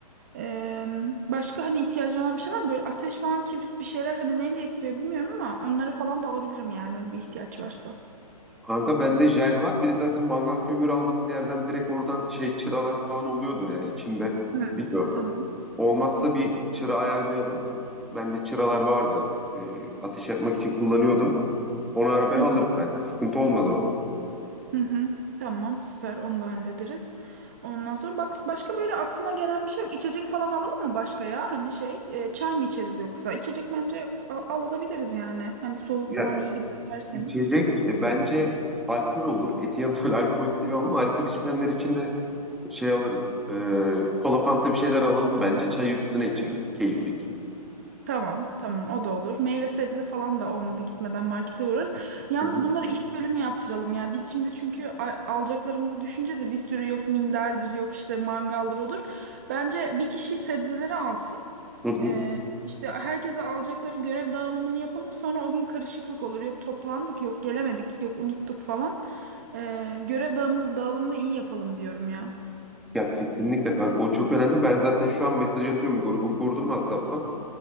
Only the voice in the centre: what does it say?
Kanka bende jel var. Bir de zaten mangal kömürü aldığımız yerden direkt oradan şey çıralar falan oluyordur yani içinde.
biliyorum.
Olmazsa bir çıra ayarlayalım. Bende çıralar vardı. Ee, ateş yakmak için kullanıyordum. Onu arabaya
alırım ben. Sıkıntı olmaz o.
Ya
içecek e, bence alkol olur. Etin yanında öyle alkol seviyorum ama alkol içmeyenler için de şey alırız. Ee, kola fanta bir şeyler alalım bence. Çayı üstüne içeriz. Keyiflik.
Hı hı.
Hı hı.
Ya kesinlikle kanka o çok önemli. Ben zaten şu an mesaj atıyorum. Grubu kurdum WhatsApp'tan.